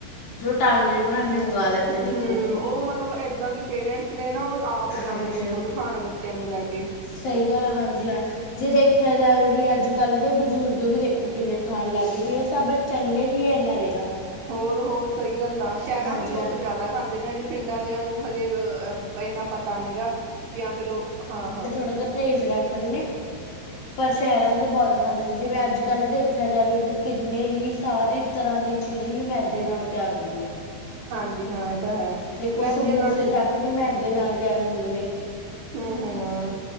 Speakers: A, on the left (about 55°); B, on the right (about 80°).
A: ਟਲਦੇ ਹੀ ਬਹਾਨੇ ਮੰਗ ਲੈਂਦੇ
B: ਹੂੰ
A: ਨੇ, ਦੇਖੋ।
B: ਉਹ ਮਤਲਬ ਇੱਦਾਂ ਦੀ ਪੇਰੈਂਟਸ ਨੇ ਨਾ ਉਹ ਆਪ ਜਾਂਦੇ
A: ਹਾਂਜੀ
B: ਨੇ
A: ਹਾਂ
B: ਖੁਦ ਖਾਣ ਬੱਚਿਆਂ ਨੂੰ ਲੈ ਕੇ।
A: ਸਹੀ ਗੱਲ ਆ ਹਾਂਜੀ ਹਾਂ। ਜੇ ਦੇਖਿਆ ਜਾਵੇ ਵੀ, ਅੱਜ -ਕੱਲ ਦੇ ਬਜ਼ੁਰਗ ਵੀ ਦੇਖੋ ਕਿੰਨੇ ਖਾਣ ਲੱਗ ਵੀ, ਇਹ ਸਭ। ਚੱਲੇ ਹੀ ਇੰਨਾ ਰਿਹਾ।
B: ਹੋਰ ਹੋਰ ਸਹੀ ਗੱਲ ਆ ਸ਼ਹਿਰਾਂ
A: ਹਾਂਜੀ
B: ਦੇ ਲੋਕ
A: ਹਾਂ।
B: ਜ਼ਿਆਦਾ ਖਾਂਦੇ ਨੇ ਹਜੇ ਪਿੰਡਾਂ ਦੀਿਆਂ ਨੂੰ ਹਜੇ ਇੰਨਾ ਪਤਾ ਨਹੀਂ ਹੈਗਾ ਜਾਂ ਫਿਰ ਉਹ। ਹਾਂ-ਹਾਂ।
A: ਬੜਾ ਪਰਹੇਜ਼ ਰੱਖਦੇ ਨੇ।
B: <unintelligible>
A: ਪਰ ਸ਼ਹਿਰਾਂ ਚ ਬਹੁਤ ਖਾਂਦੇ ਨੇ, ਜਿਵੇਂ ਅੱਜ ਕੱਲ੍ਹ ਦੇਖਿਆ ਜਾਵੇ ਵੀ ਕਿੰਨੇ ਹੀ ਸਾਰੇ ਤਰ੍ਹਾਂ ਦੀ ਚੀਜ਼ ਹੀ ਮੈਦੇ ਨਾਲ ਤਿਆਰ ਹੁੰਦੀ ਆ।
B: ਹਾਂਜੀ ਹਾਂ ਇਹ ਤਾਂ ਹੈ।
A: ਦੇਖੋ
B: ਮੈਦੇ
A: ਸਮੋਸੇ
B: ਨਾਲ ਹੁੰਦਾ
A: ਤੱਕ ਵੀ ਮੈਦੇ ਨਾਲ ਤਿਆਰ ਹੁੰਦੇ ਨੇ।
B: ਹਮ-ਹਮ।